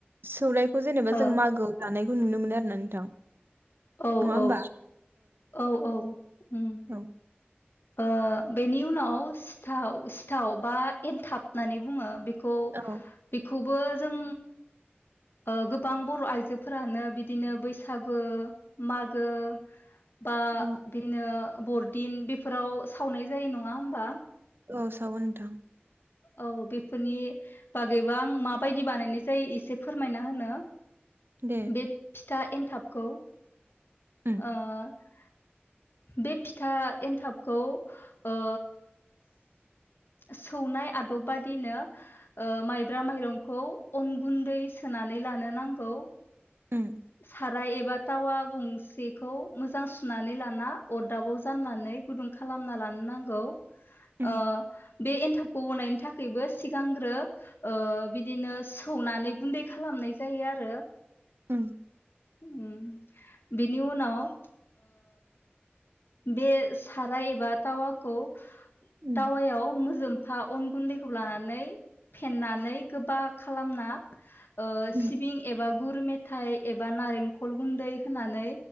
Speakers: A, on the right; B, on the left.
A: सौराय जेनेबा
B: ओ
A: जों मागोआव जानाय खौ नु मोनो आरो ना नोंथां।
B: औ
A: नङा होमबा?
B: औ औ औ उम।
A: औ
B: ओ बेनि उनाव सिथाव सिथाव बा एनथाब होननानै बुङो बे
A: औ
B: बेखौ खौबो जों ओ गोबां बर' आइजोफोरानो बिदिनो बैसागो मागो बा
A: औ
B: बिनो बरदिन बेफोराव सावनाय जायो नङा होमबा?
A: औ सावो नोंथां।
B: औ बेफोरनि बागैबो आं माबायदि बानायनाय जायो एसे फोरमायना होनो।
A: दे
B: बे फिथा एन्थाबखौ
A: उम
B: ओह बे फिथा एन्थाबखौ ओ सौनाय आदबबादिनो ओ माइब्रा माइरंखौ अन गुन्दै सोनानै लानो नांगौ।
A: उम
B: साराय एबा थावा गंसेखौ मोजां सुनानै लाना अरदाबाव जाननानै गुदुं खालामना लानो नांगौ। ओ
A: उम
B: बे एन्थाबखौ बनायनि थाखायबो सिगांग्रो ओ बिदिनो सौनानै गुन्दै खालामनाय जायो आरो।
A: उम
B: उम बेनि उनाव बे साराय एबा टावाखौ
A: उम
B: टावायाव मोजोम एफा अन गुन्दैखौ लानानै फेननानै गोबा खालामना ओ
A: उम
B: सिबिं एबा गुर मेथ थाइ एबा नारेंखल गुन्दै होनानै